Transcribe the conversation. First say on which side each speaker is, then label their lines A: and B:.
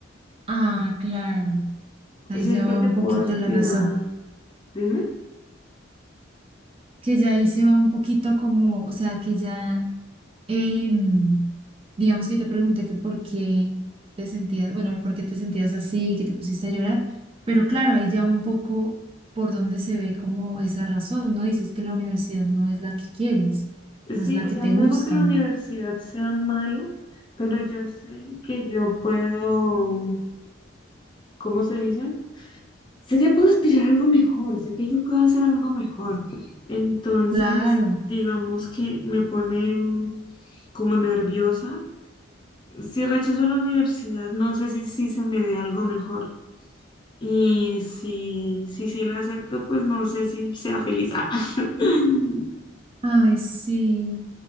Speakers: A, on the right (about 30°); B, on the left (about 25°).
A: Ah, claro. Ahí
B: siento
A: ya va
B: que
A: un
B: puedo
A: poquito
B: aspirar.
A: la razón,
B: Dime.
A: que ya ahí se va un poquito como, o sea, que ya, em, digamos que yo te pregunté que por qué te sentías, bueno, por qué te sentías así, que te pusiste a llorar, pero claro, ahí ya va un poco por donde se ve como esa razón, ¿no? Dices que la universidad no es la que quieres, no es
B: Sí,
A: la
B: o
A: que
B: sea,
A: te
B: no
A: gusta.
B: digo que la universidad sea mala, pero yo sé que yo puedo, ¿cómo se dice? Sé que puedo aspirar a algo mejor, sé que yo puedo hacer algo mejor. Entonces,
A: Claro.
B: digamos que me pone mm, como nerviosa Si rechazo la universidad, no sé si, si se me dé algo mejor. Y si, si, sí la acepto, pues no sé si sea feliz. Ah. <laughs>
A: Ay, sí.